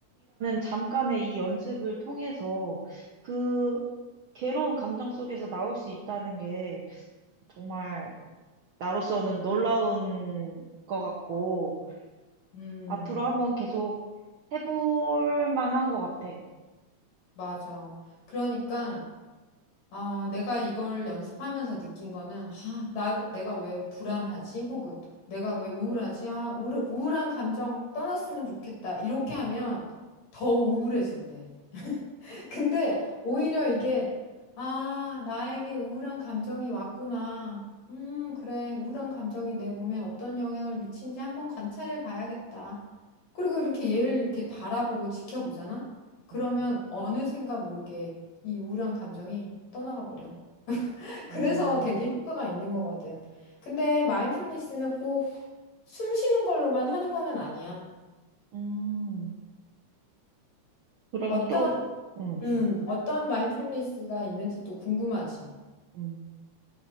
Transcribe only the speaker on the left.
음,
맞아. 그러니까 아, 내가 이걸 연습하면서 느낀 거는, 아, 나, 내가 왜 불안하지? 혹은 내가 왜 우울하지? 아, 우울, 우울한 감정 떠났으면 좋겠다. 이렇게 하면 더 우울해진대. 근데 오히려 이게, 아, 나에게 우울한 감정이 왔구나. 음, 그래. 우울한 감정이 내 몸에 어떤 영향을 미친지 한번 관찰해 봐야겠다. 그리고 이렇게 얘를 이렇게 바라보고 지켜보잖아? 그러면
어느샌가 모르게 이 우울한 감정이 떠나가 버려.
그래서 되게 효과가 있는 거거든. 근데 마인드풀니스는 꼭 숨 쉬는 걸로만 하는 거는 아니야.
어떤,
음, 어떤 마인드풀니스가 있는지 또 궁금하지.